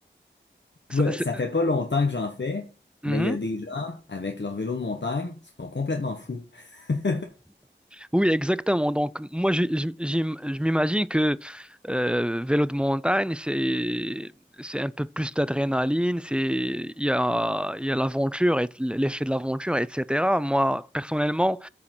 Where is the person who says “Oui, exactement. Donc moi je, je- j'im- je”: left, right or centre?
Centre